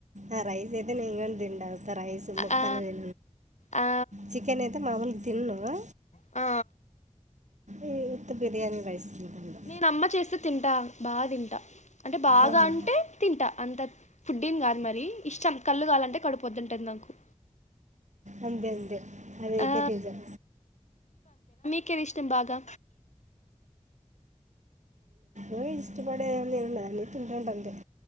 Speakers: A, on the right; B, on the left.
A: ఆ రైస్ అయితే నింగెండా రైస్ ముక్కలు
B: ఆ
A: వి
B: ఆ
A: చికెన్ అయితే మామూలుకి తిన్నాను
B: ఆ
A: ఏ యుత్త బిర్యానీ రైస్ తింటాను
B: నేను అమ్మ చేస్తే తింటా బాగా తింటా అంటే బాగా
A: ఆహా,
B: అంటే తింటా అంత ఫుడ్ని కాదు మరి ఇష్టం కళ్ళు కాలంటే కడుపోద్దుంటుది నాకు
A: అంతే అంతే అదేతే
B: ఆ
A: నిజం
B: మీకేం ఇష్టం బాగా
A: ఎ ఇష్టపడే అ తంటంటంది